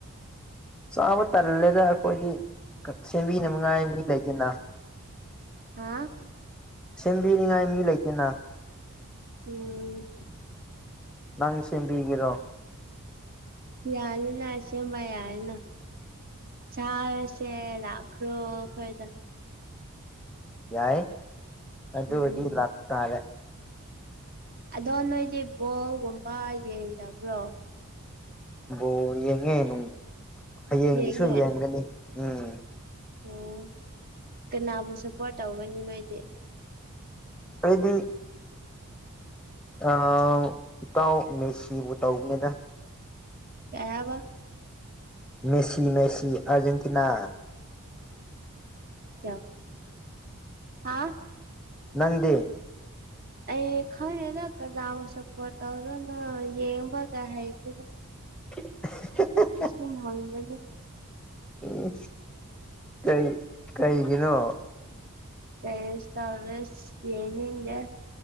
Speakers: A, in the centre; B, on the right.
A: ꯆꯥꯕ ꯇꯜꯂꯦꯗ ꯑꯩꯈꯣꯏꯒꯤ ꯁꯦꯝꯕꯤꯅꯕꯉꯥꯏ ꯃꯤ ꯂꯩꯗꯦꯅ꯫
B: ꯎꯝ
A: ꯁꯦꯝꯕꯤꯅꯤꯡꯉꯥꯏ ꯃꯤ ꯂꯩꯇꯦꯅ꯫
B: ꯎꯝ
A: ꯅꯪ ꯁꯦꯝꯕꯤꯒꯦꯔꯣ꯫
B: ꯌꯥꯅꯤꯅ ꯑꯁꯦꯃ ꯌꯥꯏꯅ ꯆꯔꯁꯦ ꯂꯈꯔꯣ ꯑꯩꯈꯣꯏꯗ꯫
A: ꯌꯥꯏ ꯑꯗꯨ
B: ꯎꯝ
A: ꯑꯣꯏꯗꯤ ꯂꯥꯛꯄ ꯇꯥꯔꯦ꯫
B: ꯑꯗꯣ ꯅꯣꯏꯗꯤ ꯕꯣꯜꯒꯨꯝꯕ ꯌꯦꯡꯗꯕ꯭ꯔꯣ꯫
A: ꯕꯣꯜ ꯌꯦꯡꯉꯦ ꯅꯨꯡ ꯍꯌꯦꯡꯒꯤꯁꯨ
B: ꯌꯦꯡꯉꯦ
A: ꯌꯦꯡꯒꯅꯤ꯫ ꯎꯝ
B: ꯑꯣ ꯀꯅꯥꯕꯨ ꯁꯄꯣꯔꯠ ꯇꯧꯒꯅꯤ ꯅꯣꯏꯗꯤ꯫
A: ꯑꯩꯗꯤ꯫ ꯑꯥ ꯏꯇꯧ ꯃꯦꯁꯤꯕꯨ ꯇꯧꯕꯅꯤꯗ꯫
B: ꯀꯌꯥ ꯋꯥ <unintelligible>
A: ꯃꯦꯁꯤ ꯃꯦꯁꯤ ꯑꯔꯖꯦꯟꯇꯤꯅꯥ
B: ꯑꯣ ꯍꯥ <unintelligible>
A: ꯅꯪꯗꯤ
B: ꯑꯩ ꯈꯪꯗ‌ꯦꯗ ꯀꯅꯥꯒ ꯁꯄꯣ ꯇꯧꯗꯣꯅ‌ꯣ ꯌꯦꯡꯕꯒ ꯍꯩꯇ‌ꯦꯗ
A: <unintelligible>
B: ꯁꯨꯝ ꯍꯪꯕꯅꯤ
A: ꯎ ꯀꯩ ꯀꯩꯒꯤꯅꯣ
B: ꯇꯁ <unintelligible> ꯌꯦꯅꯤꯒ